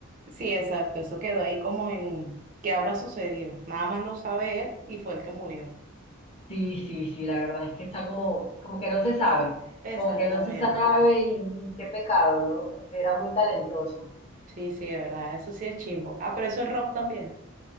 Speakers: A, on the right (about 40°); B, on the left (about 30°).
A: Sí, exacto, eso quedó ahí como en qué habrá sucedido. Nada más lo sabe él y fue el que murió.
B: Sí, sí, sí, la verdad es que está como, como que no se sabe,
A: Exactamente.
B: como que no se sabe y, y qué pecado, ¿no? Porque era muy talentoso.
A: Sí, sí, de verdad, eso sí es chimbo. Ah, pero eso es rock también.